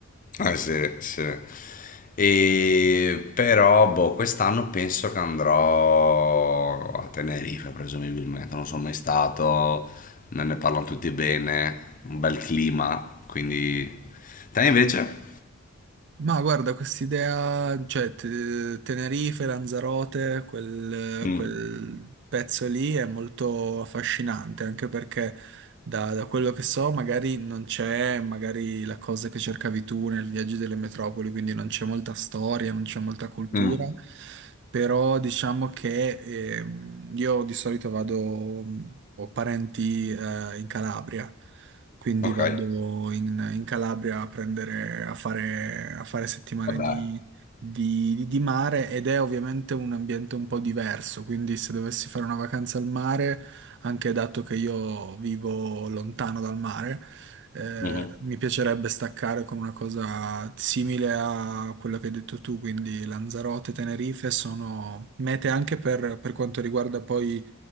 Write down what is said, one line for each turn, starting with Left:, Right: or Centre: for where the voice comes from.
Left: Eh, sì, sì. E però, boh, quest'anno penso che andrò a Tenerife, presumibilmente. Non sono mai stato, me ne parlano tutti bene, un bel clima, quindi... Te invece?
Right: Ma guarda, quest'idea, cioè te- Tenerife, Lanzarote, quel,
Left: Mm,
Right: quel pezzo lì è molto affascinante, anche perché da, da quello che so magari non c'è magari la cosa che cercavi tu nel viaggio delle metropoli, quindi non c'è molta storia, non c'è molta cultura,
Left: mm,
Right: però diciamo che ehm, io di solito vado, ho parenti eh, in Calabria. Quindi
Left: ok,
Right: vado in, in Calabria a prendere, a fare, a fare settimane
Left: vabbè.
Right: di, di- di- di mare ed è ovviamente un ambiente un po' diverso. Quindi se dovessi fare una vacanza al mare, anche dato che io vivo lontano dal mare, eh,
Left: Mhm.
Right: mi piacerebbe staccare con una cosa simile a quello che hai detto tu. Quindi Lanzarote, Tenerife sono mete anche per per quanto riguarda poi